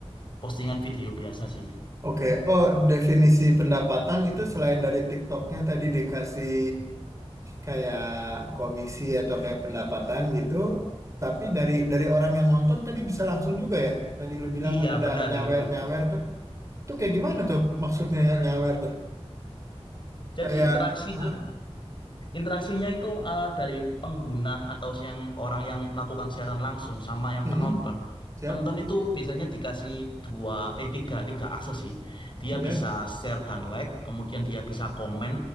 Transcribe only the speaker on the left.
postingan video biasa sih.
Iya,
benar
gitu.
Jadi
interaksi
dan Interaksinya itu eh, dari pengguna atau yang orang yang melakukan siaran langsung sama yang
penonton.
Penonton itu biasanya dikasih dua, eh tiga, tiga akses sih. Dia
bisa share dan like, kemudian dia bisa komen,